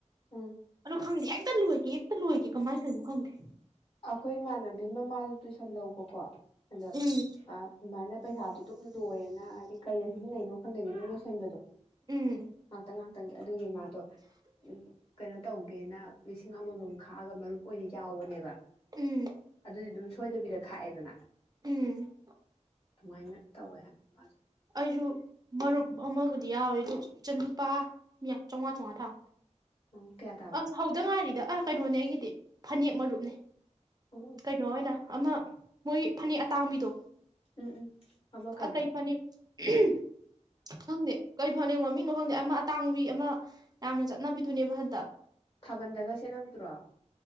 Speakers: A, on the left; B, on the right.
A: ꯎꯝ
B: ꯑꯗꯣ ꯈꯪꯗꯦ ꯍꯦꯛꯇ ꯂꯣꯏꯒꯤ ꯇ ꯂꯣꯏꯒꯤ ꯀꯃꯥꯏ ꯇꯧꯔꯤꯅꯣ ꯈꯪꯗꯦ
A: ꯑꯩꯈꯣꯏ ꯏꯃꯥꯟꯅꯕꯤ ꯃꯃꯥꯁꯨ ꯇꯨꯏꯁꯟ ꯂꯧꯕꯀꯣ ꯑꯗꯣ
B: ꯎꯝ
A: ꯑꯃꯥꯏꯅ ꯄꯩꯁꯥꯗꯨ ꯑꯗꯨꯝ ꯂꯣꯏꯌꯦꯅ ꯍꯥꯏꯗꯤ ꯀꯩꯗ ꯁꯤꯖꯤꯟꯅꯩꯅꯣ ꯈꯪꯗꯕꯤ ꯑꯗꯨꯝ ꯂꯣꯏꯁꯟꯕꯗꯣ
B: ꯎꯝ
A: ꯉꯥꯛꯇꯪ ꯉꯥꯛꯇꯪ ꯑꯗꯨꯒꯤ ꯃꯥꯗꯣ ꯎ ꯀꯩꯅꯣ ꯇꯧꯒꯦꯅ ꯂꯤꯁꯤꯡ ꯑꯃꯃꯝ ꯈꯥꯛꯑꯒ ꯃꯔꯨꯞ ꯑꯣꯏꯅ ꯌꯥꯎꯕꯅꯦꯕ
B: ꯎꯝ
A: ꯑꯗꯨꯗꯤ ꯑꯗꯨꯝ ꯁꯣꯏꯗꯕꯤꯗ ꯈꯥꯛꯑꯦꯗꯅ
B: ꯎꯝ
A: ꯑꯗꯨꯃꯥꯏꯅ ꯇꯧꯋꯦ ꯍꯥꯏ ꯃꯥꯁꯨ
B: ꯑꯩꯁꯨ ꯃꯔꯨꯞ ꯑꯃꯕꯨꯗꯤ ꯌꯥꯎꯋꯤ ꯑꯗꯨ ꯂꯨꯄꯥ ꯌ ꯆꯥꯝꯃꯉꯥ ꯆꯥꯝꯃꯉꯥ ꯊꯥ
A: ꯎꯝ ꯀꯌꯥ ꯇꯥꯕ
B: ꯑꯁ ꯍꯧꯗ ꯉꯥꯏꯔꯤꯗ ꯑꯥ ꯀꯩꯅꯣꯅꯦ ꯑꯩꯒꯤꯗꯤ ꯐꯅꯦꯛ ꯃꯔꯨꯞꯅꯦ
A: ꯎꯝ
B: ꯀꯩꯅꯣ ꯑꯣꯏꯅ ꯑꯃ ꯃꯣꯏ ꯐꯅꯦꯛ ꯑꯇꯥꯡꯕꯤꯗꯣ
A: ꯎꯝ ꯎꯝ ꯑꯃ ꯀꯩꯕ
B: ꯀꯩ ꯐꯅꯦꯛ ꯎꯝꯍ ꯈꯪꯗꯦ ꯀꯩ ꯐꯅꯦꯛ ꯃꯃꯤꯡ ꯑꯣ ꯈꯪꯗꯦ ꯑꯃ ꯑꯇꯥꯡꯕꯤ ꯑꯃ ꯌꯥꯝꯅ ꯆꯠꯅꯕꯤꯗꯨꯅꯦꯕ ꯍꯟꯇꯛ
A: ꯊꯥꯕꯜꯗꯒ ꯁꯦꯠꯅꯕꯗꯨꯔꯣ